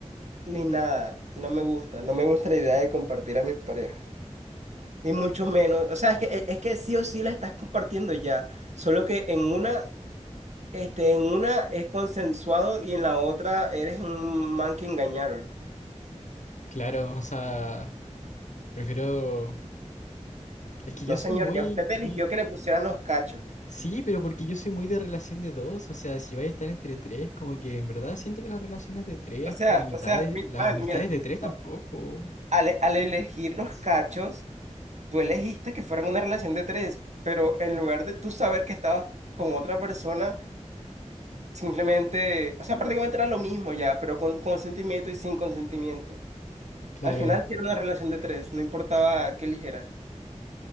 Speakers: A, on the right; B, on the left.
A: ni nada. No me gusta. No me gusta la idea de compartir a mis parejas. Y mucho menos. O sea, es que, es que sí o sí la estás compartiendo ya. Solo que en una, este, en una es consensuado y en la otra eres un man que engañaron.
B: Claro, o sea, prefiero... Es que yo
A: No,
B: soy
A: señor,
B: muy,
A: ya usted eligió
B: muy...
A: que le pusieran los cachos.
B: Sí, pero porque yo soy muy de relación de dos, o sea, si vais a estar entre tres, como que en verdad siento que las relaciones de tres
A: O
B: hasta
A: sea,
B: la mitad
A: o sea,
B: de,
A: mi-
B: las
A: man,
B: amistades
A: mira,
B: de tres tampoco.
A: no, al, al elegir los cachos, tú elegiste que fuera una relación de tres, pero en lugar de tú saber que estabas con otra persona, Simplemente, o sea, prácticamente era lo mismo ya, pero con consentimiento y sin consentimiento.
B: Claro.
A: Al final sí era una relación de tres, no importaba qué ligera.